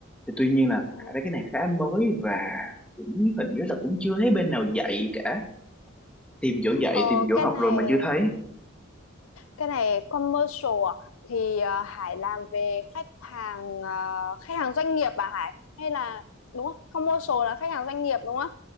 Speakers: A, in the centre; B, on the left.
A: thì tuy nhiên là
B: ừ.
A: Hải thấy cái này khá mới và cũng hình như là cũng chưa thấy bên nào dạy cả tìm chỗ dạy
B: Ờ,
A: tìm chỗ
B: cái
A: học
B: này
A: rồi mà chưa thấy
B: cái này commercial à? thì ờ, Hải làm về khách hàng ờ, khách hàng doanh nghiệp à Hải hay là đúng không commercial là khách hàng doanh nghiệp đúng không